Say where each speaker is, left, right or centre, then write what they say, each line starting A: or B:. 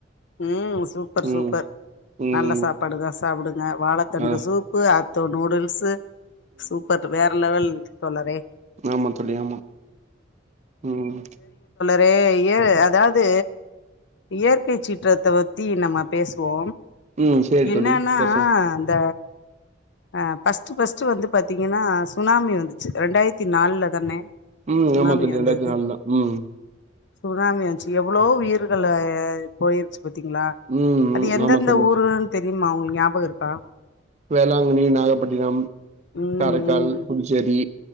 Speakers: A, on the left (about 65°); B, on the right (about 35°).
A: ம் சூப்பர் சூப்பர்
B: ம் ம்
A: நல்ல சாப்பாடுதா சாப்பிடுங் ன்ன வாழதண்டு
B: ஆ
A: சூப்பு அ த்தோ நூடுல்ஸ்சு சூப்பர் வேற லெவல் தோழரே
B: நாமாங் தோழி ஆமா ம்
A: வே இயற் அதாவது இயற்கை சீட் சீற்றத்த பத்தி நம்ம பேசுவோ
B: ம் சேரி
A: என்னன்னா
B: தோழி பேசலா
A: அந்த அ பஸ்ட் பஸ்ட் வந்து பாத்தீங்கன்னா சுனாமி வந்துச்சு ரெண்டாயிரத்தி நாலுல தானே
B: ம்
A: சுனாமி
B: ஆமா தோழி இரண்டாயரத்தி
A: வந்தது
B: நாலுதா ம்
A: சுனாமி வன்ச்சி எவ்வளோ உயிர்கள் போயிர்ச்சி பத்தீங்களா
B: ம்
A: அது எந்தெந்த
B: ஆமா தோழி
A: ஊருன்னு தெ தெரியுமா உங்ளுக் ஞாபக இருக்கா
B: வேளாங்கண்ணி நாகப்பட்டினம்
A: ம்
B: காரைக்கால்
A: ம்
B: புதுச்சேரி